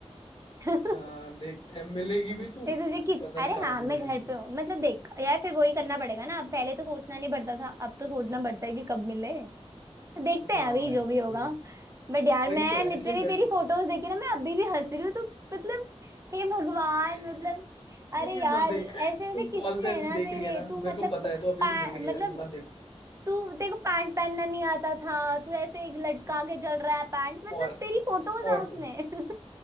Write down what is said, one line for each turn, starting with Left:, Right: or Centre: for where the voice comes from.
Right: <laughs>
Left: अ, देखते हैं मिलेगी भी तू
Right: मैं तुझे किच
Left: पता नहीं
Right: अरे
Left: कहाँ
Right: हाँ
Left: बिजी
Right: मैं
Left: रहती
Right: घर पे
Left: है
Right: हूँ मतलब देख यार फिर वही करना पड़ेगा ना अब पहले तो सोचना नहीं पड़ता था अब तो सोचना पड़ता है कि कब मिले देखते
Left: हाँ
Right: हैं अभी
Left: यार
Right: जो भी होगा
Left: वही है
Right: बट यार
Left: वही
Right: मैं
Left: तो यार
Right: लिटरली
Left: इसलिए बेस्ट
Right: तेरी
Left: होता
Right: फोटोज
Left: है
Right: देखे ना मैं अभी भी हंस रही हूँ तो मतलब हे भगवान
Left: <laughs>
Right: मतलब
Left: प्लीज
Right: अरे यार
Left: मत देख
Right: ऐसे ऐसे
Left: तू
Right: किस्से
Left: कॉल पे
Right: हैं
Left: अभी
Right: ना
Left: देख
Right: तेरे
Left: रही है ना
Right: तू
Left: मेरे
Right: मतलब
Left: को पता
Right: पा,
Left: है तू अभी भी देख रही
Right: मतलब
Left: है मत देख
Right: तू तेरे को पैंट पहनना नहीं आता था तू ऐसे लटका के चल रहा है पैंट मतलब
Left: और
Right: तेरी फोटोज
Left: और
Right: है उसमें
Left: बोल